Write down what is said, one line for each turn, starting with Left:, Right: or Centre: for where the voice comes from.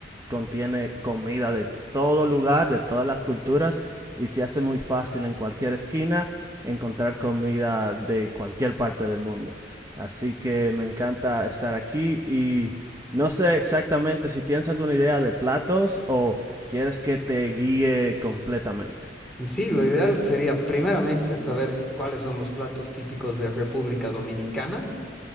Right: contiene comida de todo lugar, de todas las culturas y se hace muy fácil en cualquier esquina encontrar comida de cualquier parte del mundo. Así que me encanta estar aquí y No sé exactamente si tienes alguna idea de platos o quieres que te guíe completamente.
Centre: Sí, lo ideal sería primeramente saber cuáles son los platos típicos de República Dominicana.